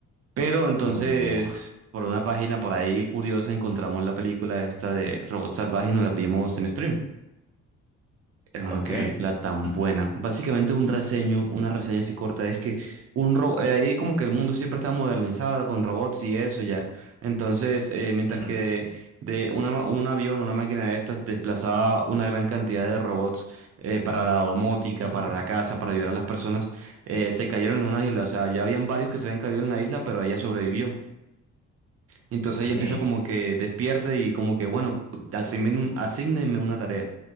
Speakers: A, on the right; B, in the centre.
A: Pero entonces,
B: Uy, no. <laughs>
A: por una página por ahí curiosa, encontramos la película esta de Robot Salvaje y nos la vimos en stream. Hermano,
B: Ok,
A: qué película tan
B: ujú,
A: buena. Básicamente un reseño, una reseña así corta, es que un ro- eh, ahí como que el mundo siempre está modernizado con robots y eso ya. Entonces, eh, mientras
B: ujú,
A: que de, de una ma- un avión, una máquina de estas desplazaba una gran cantidad de robots eh, para la domótica,
B: ujú,
A: para la casa, para ayudar a las personas, eh, se cayeron en una isla. O sea, ya habían varios que se habían caído en la isla, pero ella sobrevivió. Entonces
B: ok.
A: ella empieza como que despierta y como que, bueno, asígnenme asignenme una tarea.